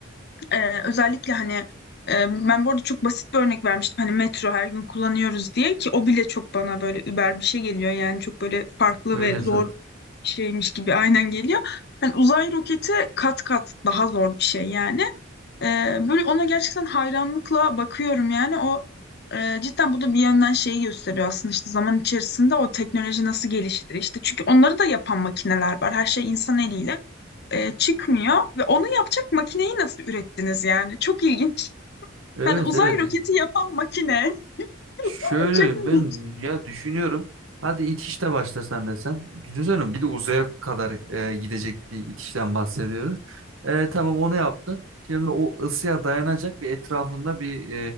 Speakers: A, on the left; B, on the right.
A: Ee, özellikle hani e, ben bu arada çok basit bir örnek vermiştim. Hani metro her gün kullanıyoruz diye ki o bile çok bana böyle über bir şey geliyor. Yani çok böyle farklı
B: Öyle
A: ve zor
B: zaten.
A: bir şeymiş gibi aynen geliyor. Hani uzay roketi kat kat daha zor bir şey yani. Ee, böyle ona gerçekten hayranlıkla bakıyorum yani o e, cidden bu da bir yönden şeyi gösteriyor aslında işte zaman içerisinde o teknoloji nasıl gelişti işte çünkü onları da yapan makineler var her şey insan eliyle e, çıkmıyor ve onu yapacak makineyi nasıl ürettiniz yani? Çok ilginç.
B: Evet
A: Hani uzay
B: evet
A: roketi yapan makine.
B: Şöyle
A: <laughs> Çok ilginç.
B: ben ya düşünüyorum. Hadi itişle başlasan desem. Düşünsene bir de uzaya kadar e, gidecek bir itişten bahsediyoruz. E, tamam onu yaptı. Şimdi o ısıya dayanacak bir etrafında bir